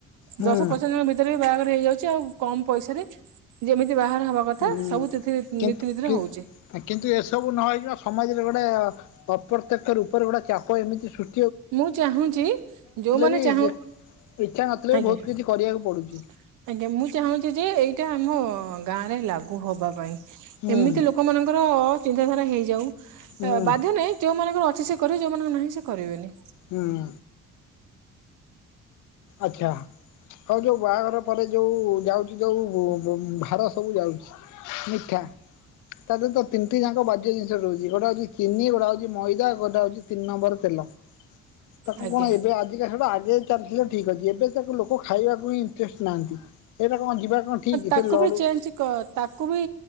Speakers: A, on the left; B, on the right.
A: ହୁଁ
B: ଦଶ ପଚାଶ ଜଣ ଭିତରେ ବି ବାହାଘର ହେଇଯାଉଛି। ଚଉ କମ ପଇସା ରେ ଯେମିତି, କଥା
A: ହୁଁ
B: ସବୁ ତିଥି
A: କିନ୍ତୁ
B: ନୀତିନୀତିରେ
A: କିନ
B: ହଉଛି
A: କିନ୍ତୁ ଏସବୁ ନହେଇ କି ସମାଜରେ ଗୋଟେ ପ୍ରତ୍ୟକ ତ ର ଉପରେ ଗୁଟା ଚାପ ଏମିତି ସୃ
B: ମୁଁ ଚାହୁଁଛି ଯୋଉମାନେ
A: ବି
B: ଚାହୁଁ
A: ଇଚ୍ଛା ନଥିଲେ ବି
B: ଆଜ୍ଞା
A: ବହୁତ କିଛି
B: ଆଜ୍ଞା
A: କରିବାକୁ ପଡୁଛି
B: ମୁଁ ଚାହୁଁଛି ଯେ ଏଇଟା ଆମ ହଁ ଗାଁରେ ଲାଗୁ ହବା ପାଇଁ
A: ହୁଁ
B: ଏମିତି ଲୋକମାନଙ୍କର ଅ ଚିନ୍ତାଧାରା ହେଇଯାଉ
A: ହୁଁ
B: ବାଧ୍ୟ ନାଇଁ ଯୋଉ ମାନଙ୍କର ଅଛି ସେ କରିବ ଯେଉଁମାନଙ୍କର ନାହିଁ ସେ କରିବେନି।
A: ହୁଁ ଆଚ୍ଛା ହଉ ଯୋଉ ବାହାଘର ପରେ ଯୋଉ ଯାଉଛି ଯୋଉ ଭାର ସବୁ ଯାଉଛି। ମିଠା ତାହାଲେ ତ ତିନିଟି ଯାକ ବାଜ୍ୟ ଜିନିଷ ରହୁଛି ଗୋଟେ ହଉଛି ଚିନି ଗୋଟେ ହଉଛି ମଇଦା ଗୋଟେ ହଉଛି ତିନି ନମ୍ବର ତେଲ ତାକୁ
B: ଆଜ୍ଞା।
A: କଣ ଏବେ ଆଜିକା ଖାଇବା ଆଗେ <unintelligible> ଠିକ ଅଛି ଏବେ ତାକୁ ଲୋକ ଖାଇବାକୁ ହିଁ ଇଣ୍ଟରେଷ୍ଟ ନାହାନ୍ତି ଏଇଟା କଣ ଯିବା କଣ ଠିକ୍
B: ତାକୁ
A: ସେ ଲଡୁ
B: ବି ଚେଞ୍ଜ କ ତାକୁ ବି